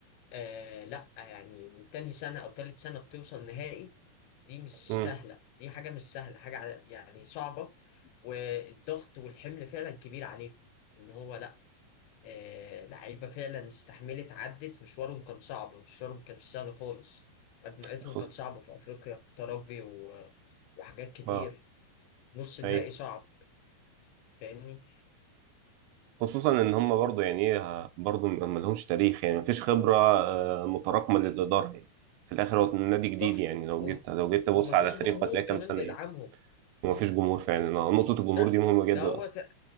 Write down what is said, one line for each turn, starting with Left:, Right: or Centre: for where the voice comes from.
Left: آه لا يعني من تاني سنة أو تالت سنة بتوصل نهائي دي مش
Right: امم
Left: سهلة دي حاجة مش سهلة حاجة ع- يعني صعبة والضغط والحمل فعلا كبير عليه ان هو لا آه لعيبة فعلا استحملت عدت مشوارهم كان صعب مشوارهم كانش سهل خالص مجموعتهم
Right: خص
Left: كانت صعبة في افريقيا ترجي و- وحاجات كتير
Right: اه
Left: نص نهائي
Right: ايوه
Left: صعب فاهمني
Right: خصوصا ان هم برضو يعني ايه برضو ما لهمش تاريخ يعني ما فيش خبره آه، متراكمه للاداره يعني في الاخر هو نادي جديد
Left: صح
Right: يعني لو
Left: وم-
Right: جيت لو جيت تبص
Left: ومفيش
Right: على تاريخه
Left: جمهور
Right: هتلاقي
Left: كمان
Right: كام سنه
Left: بيدعمهم
Right: يعني وما
Left: مم؟
Right: فيش جمهور فعلا آه، نقطه الجمهور
Left: لا
Right: دي مهمه جدا
Left: ده هو
Right: اصلا
Left: ت...